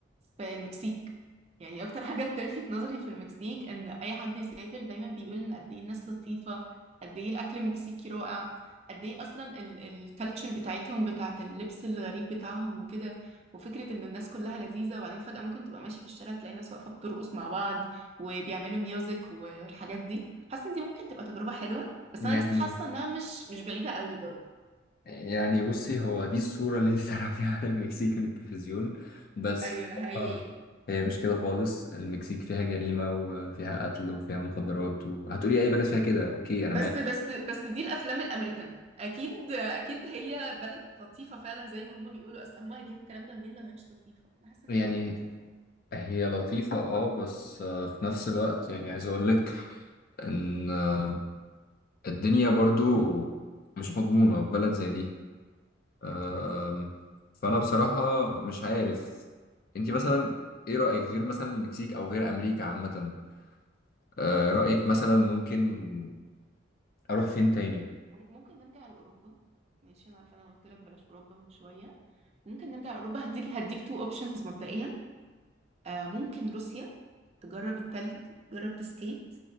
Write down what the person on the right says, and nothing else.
في المكسيك يعني اكتر حاجه بتلفت نظري في المكسيك ان اي حد يسافر دايما بيقول ان قد ايه الناس لطيفه قد ايه الاكل المكسيكي رائع قد ايه اصلا الكالتشر بتاعتهم بتاعت اللبس الغريب بتاعهم وكده وفكره ان الناس كلها لذيذه وبعدين فجاه ممكن تبقى ماشي في الشارع تلاقي ناس واقفه بترقص مع بعض وبيعملوا ميوزك والحاجات دي حاسه ان دي ممكن تبقى تجربه حلوه بس
انا لسه حاسه انها مش مش بعيده قوي برضه
ايوه
ده حقيقي
بس
بس بس دي الافلام الامريكان اكيد اكيد هي بلد لطيفه فعلا زي ما هما بيقولوا اصل هما هيجيبوا الكلام ده منين لو هي مش لطيفه انا حاسه
انها بجد لطيفه
ممكن
مم- ممكن نرجع لاوروبا ماشي انا عارفه انا قلت لك بلاش اوروبا من شويه ممكن نرجع لاوروبا هديك هديك تو اوبشنز مبدئيا آه ممكن روسيا تجرب التلج تجرب تسكيت